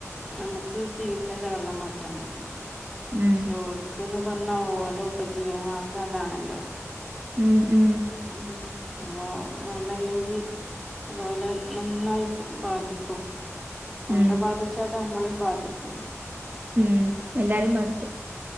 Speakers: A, in the centre; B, on the right (about 35°).
A: നമ്മക്ക് ജീവിക്കാൻല്ലെ വെള്ളം മാത്രം മതി.
B: ഉം
A: പക്ഷേ ഓര്ക്ക് ന്ന് പർഞ്ഞാ ഓലെ ഉപജീവനമാർഗം അതാണല്ലോ.
B: ഉം ഉം
A: ഉം അപ്പൊ വെള്ളം ഇല്ലെങ്കി അത് പോലെ നന്നായി ബാധിക്കും അവനെ
B: ഉം
A: ബാധിച്ചാ അത് നമ്മളെയും ബാധിക്കും
B: ഉം എല്ലാരെയും ബാധിക്കും